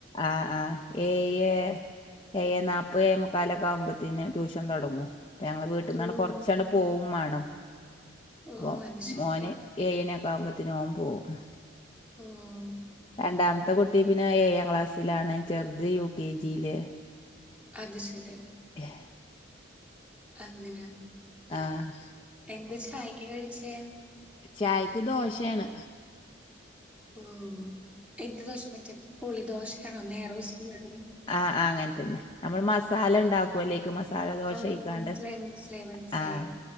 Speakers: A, on the left (about 25°); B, in the centre.
A: ആഹ് ആഹ് ഏയ് ഏയെന്നാപ്പേ ഏയെമുക്കാലോക്കെ ആവുമ്പോത്തിന് ട്യൂഷൻ തോടങ്ങും ഞങ്ങളെ വീട്ട്ന്നാണ്ട്
B: ഉം
A: കൊറ്ച്ചാണ്ട് പോവും മാണം
B: ഓ
A: അപ്പൊ
B: അത് ശരി
A: മോന് ഏഴ്ണിക്കാവുമ്പോത്തിന് ഓൻ പോവും
B: ഓഹ്
A: രണ്ടാമത്തെ കുട്ടി പിന്നെ ഏഴാം ക്ലാസ്സിലാണ് ചെറ്ത് യു കെ ജീല്
B: അത് ശരി
A: യാ
B: അങ്ങനാ
A: ആഹ്
B: എന്തേ ചായക്ക് കഴിച്ചേ
A: ചായക്ക് ദോശ്യാണ്
B: ഓഹ് എഗ്ഗ് ദോശ മറ്റേ പുളി ദോശയാണോ നെഴ്റോസ്റ്റ് മാതിരി
A: ആഹ് ആഹ് അങ്ങൻതന്നെ നമ്മള് മസാലണ്ടാ ക്കോല്ലോ അയിക്ക് മസാല ദോശയിക്കാണ്ട്
B: ആ മനസ്സിലായി മനസ്സിലായി മനസ്സിലായി
A: ആഹ്